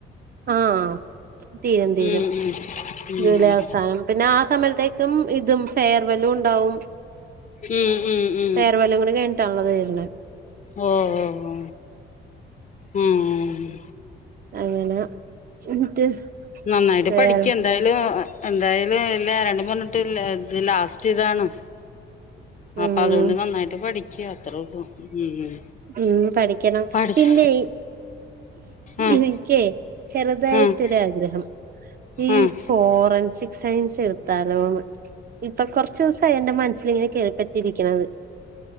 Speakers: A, on the right; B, on the left.
A: ആഹ തീരും തീരും
B: ഉം ഉം
A: ജൂലൈ അവസാനം പിന്നെ ആ സമയത്തേക്കും ഇതും ഫെയർവെല്ലും ഉണ്ടാവും.
B: ഉം ഉം ഉം
A: ഫെയർവല്ലും കൂടി കഴിഞ്ഞിണ്ടാണ് അത് വര്ന്ന്.
B: ഓ ഓ ഓ ഉം ഉം.
A: അങ്ങനെ എന്നിട്ട്.
B: നന്നായിട്ട്
A: വേറെ
B: പഠിക്ക എന്തായാലും. എന്തായാലും ഇല്ല രണ്ട് പറഞ്ഞിട്ട് ഇത് ലാ ലാസ്റ്റ് ഇതാണ്.
A: ഉം
B: അപ്പൊ അതുകൊണ്ട് നന്നായിട്ട് പഠിക്ക അത്ര ഉള്ളു ഉം ഉം
A: ഉം പഠിക്കണം
B: പഠിച്ച്
A: പിന്നെഈ
B: ആഹ്
A: ഇവക്കെചെറുതായിട്ടൊരു
B: ആഹ്
A: ആഗ്രഹം. ഈ
B: ആഹ്
A: ഫോറൻസിക് സയൻസ് എടുത്താലോന്ന്? ഇപ്പൊ കൊറച്ച് ദിവസം ആയി എന്റെ മനസ്സിൽഇങ്ങനെകേൾപ്പറ്റിയിരിക്കണത്.